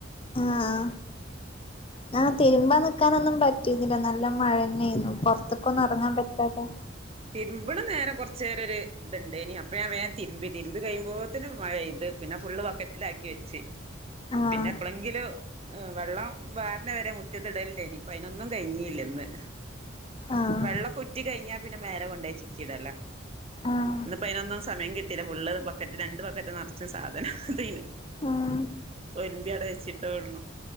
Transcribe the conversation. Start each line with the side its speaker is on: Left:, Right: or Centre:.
Left: ആഹ ഞാ തിരുമ്പ നിക്കാനൊന്നും പറ്റിുന്നില്ല നല്ല മഴന്നെയിരുന്നു പുറത്തക്ക ഒന്നും ഇറങ്ങാൻ പറ്റാതെ
Right: രുമ്പടും നേരം കുറച്ചു നേര ഒരു ഇതുണ്ട് ഇനി അപ്പൊ ഞാ വേൻ തിരുമ്പി തിരു കഴിയുമ്പോ ത്തിന് മഴെയ്ത് പിന്നെ ഫുള്ള് ബക്കറ്റിലാക്കി വെച്ച്
Left: ആഹ്
Right: പിന്നെ എപ്പളങ്കിലും വെള്ളം വാരന വരെ മുറ്റത്തിടലണ്ടായിനി ഇപ്പ അതിനൊന്നും കഴിഞ്ഞിയില്ലന്ന്
Left: ആഹ്
Right: വെള്ള ഉറ്റി കഴിഞ്ഞാ പിന്നെ മേല കൊണ്ടോ ചിക്കീടല
Left: ആഹ്
Right: ഇന്നപ്പോ അതിനൊന്നും സമയം കിട്ടിയി ഫുള് ബക്കറ്റ് രണ്ട് ബക്കറ്റ് നിറച്ച സാധനം തീന്
Left: ആഹ്
Right: ഒരുമ്പി അടെ വെച്ചിട്ടേ ഒള്ളൂ